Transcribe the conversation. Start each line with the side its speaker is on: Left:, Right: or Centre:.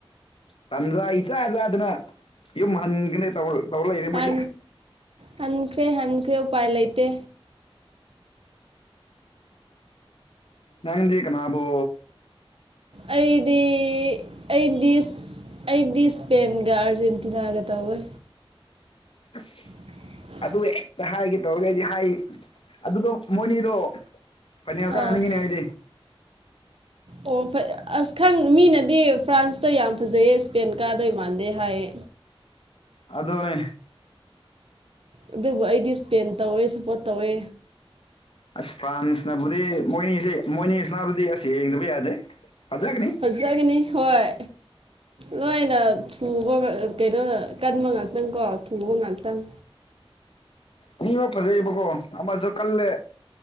Left: ꯇꯟꯖꯥ ꯏꯆꯥꯖꯥꯗꯅ ꯌꯨꯝ ꯍꯟꯒꯅꯦ ꯇꯧꯔ ꯇꯧꯔ ꯂꯩꯔꯦ
Right: ꯍꯥꯟ
Left: ꯃꯣꯏꯁꯦ
Right: ꯍꯟꯈ꯭ꯔꯦ ꯍꯟꯈ꯭ꯔꯦ ꯎꯄꯥꯏ ꯂꯩꯇꯦ
Left: ꯅꯪꯗꯤ ꯀꯅꯥꯕꯨ
Right: ꯑꯩꯗꯤ ꯑꯩꯗꯤ ꯑꯩꯗꯤ ꯏꯁꯄꯦꯟꯒ ꯑꯥꯔꯖꯦꯟꯇꯤꯅꯥꯒ ꯇꯧꯋꯦ
Left: ꯑꯁ
Right: ꯑꯛ <inaudible>
Left: ꯑꯗꯨꯒ ꯍꯦꯛꯇ ꯍꯥꯏꯒꯦ ꯇꯧꯔꯒꯗꯤ ꯍꯥꯏ ꯑꯗꯨꯒ ꯃꯣꯏꯅꯤꯗꯣ ꯐꯥꯏꯅꯦꯜ
Right: ꯑ
Left: ꯀꯥꯍꯟꯅꯤꯡꯉꯤꯅꯦ
Right: <inaudible>
Left: ꯑꯩꯗꯤ
Right: ꯑꯣ ꯑꯁ ꯈꯪ ꯃꯤꯅꯗꯤ ꯐ꯭ꯔꯥꯟꯁꯇꯣ ꯌꯥꯝ ꯐꯖꯩꯌꯦ ꯏꯁꯄꯦꯟ ꯀꯥꯗꯣꯏ ꯃꯥꯟꯗꯦ ꯍꯥꯏꯌꯦ
Left: ꯑꯗꯨꯅꯦ
Right: ꯑꯗꯨꯕꯨ ꯑꯩꯗꯤ ꯁꯄꯦꯟ ꯇꯧꯋꯦ ꯁꯞꯄꯣꯔꯠ ꯇꯧꯋꯦ
Left: ꯑꯁ ꯐ꯭ꯔꯥꯟꯁꯅꯕꯨꯗꯤ ꯃꯣꯏꯅꯤꯁꯦ ꯃꯣꯏꯅꯤꯁꯤꯅꯕꯨꯗꯤ ꯑꯁ ꯌꯦꯡꯗꯕ ꯌꯥꯗꯦ ꯐꯖꯒꯅꯤ
Right: ꯐꯖꯒꯅꯤ ꯍꯣꯏ ꯂꯣꯏꯅ ꯊꯨꯕ ꯀꯩꯅꯣ ꯀꯟꯕ ꯉꯥꯛꯇꯪ ꯀꯣ ꯊꯨꯕ ꯉꯥꯛꯇꯪ
Left: ꯑꯅꯤꯃꯛ ꯐꯖꯩꯕꯀꯣ ꯑꯃꯁꯨ ꯀꯜꯂꯦ